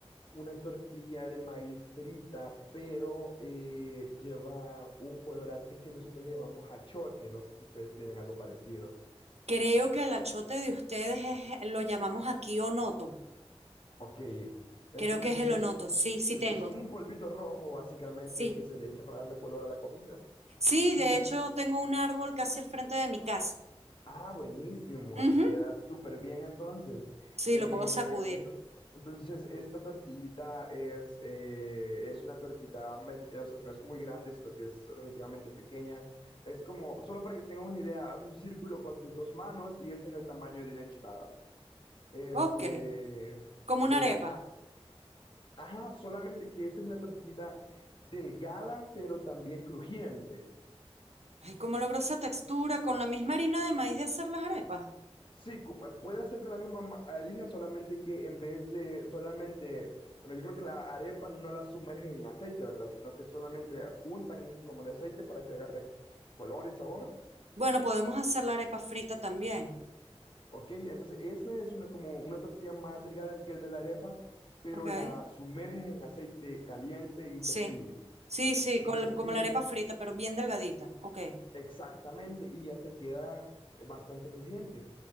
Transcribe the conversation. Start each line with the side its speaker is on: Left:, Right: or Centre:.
Left: una tortilla de maíz frita, pero eh, lleva un colorante que nosotros le llamamos achote. No sé si ustedes tienen algo parecido.
Right: Creo que el achote de ustedes es, lo llamamos aquí onoto.
Left: Ok, entonces
Right: Creo que es el
Left: es,
Right: onoto. Sí, sí
Left: es,
Right: tengo.
Left: es como un polvito rojo, básicamente,
Right: Sí.
Left: que se le echa para darle color a la comida.
Right: Sí,
Left: y
Right: de hecho tengo un árbol casi al frente de mi casa.
Left: Ah, buenísimo,
Right: Ujú,
Left: te queda súper bien entonces.
Right: Sí,
Left: Eh,
Right: lo puedo sacudir.
Left: ento- entonces, esta tortillita es, eh, es una tortita, medi- o sea, no es muy grande, sino que es relativamente pequeña. Es como, solo para que tengas una idea, haz un círculo con tus dos manos y ese es el tamaño de una enchilada. Este,
Right: Ok. Como una
Left: eh,
Right: arepa.
Left: a- ajá, solamente que esta es una tortita delgada, pero también crujiente.
Right: Ay, ¿cómo logró esa textura con la misma harina de maíz de hacer las arepas?
Left: Sí, cu- eh, puede hacer con la misma ma- harina, solamente que en vez de solamente, bueno, yo creo que la arepa no la sumergen en aceite, ¿verdad? Sino que solamente untan como de aceite para que agarre color y sabor.
Right: Bueno, podemos hacer la arepa frita también.
Left: Ok, entonces esta es una, como una tortilla más delgada que el de la arepa, pero
Right: Ok.
Left: la sumerges en aceite caliente y
Right: Sí.
Left: se fríe.
Right: Sí, sí,
Left: Entonces,
Right: col- como
Left: y
Right: la
Left: ya,
Right: arepa frita, pero bien delgadita. Ok.
Left: exactamente, y ya te queda bastante crujiente.